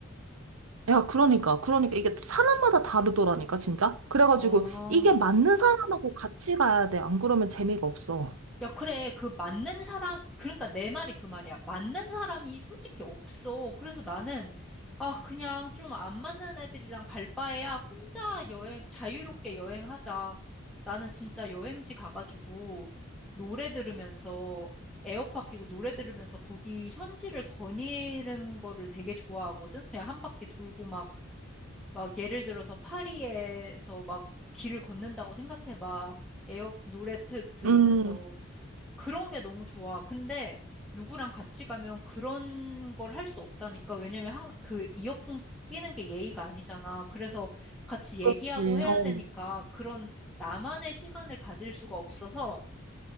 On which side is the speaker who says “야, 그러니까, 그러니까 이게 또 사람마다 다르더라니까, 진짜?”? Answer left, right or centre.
Right